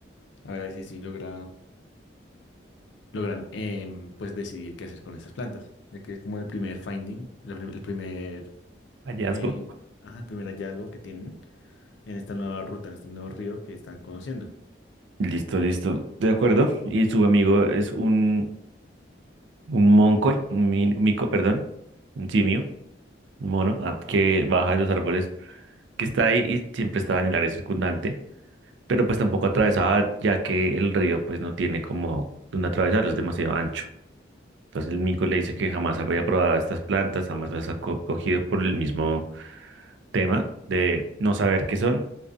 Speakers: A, on the left (about 75°); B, on the right (about 75°).
A: a ver si así logra, logran em, pues decidir qué hacer con esas plantas, ya que es como el primer finding, el prim- el primer
B: Hallazgo.
A: eh, in- ajá, el primer hallazgo que tienen en esta nueva ruta, en este nuevo río que están conociendo.
B: Listo, listo. De acuerdo. Y su amigo es un, un monco, un mi- un mico, perdón, un simio, un mono, ah, que baja de los árboles, que está ahí y siempre estaba en el área circundante, pero pues tampoco atravesaba, ya que el río pues no tiene como donde atravesarlo, es demasiado ancho. Entonces el mico le dice que jamás había probado estas plantas, jamás las ha co- cogido por el mismo tema de no saber qué son,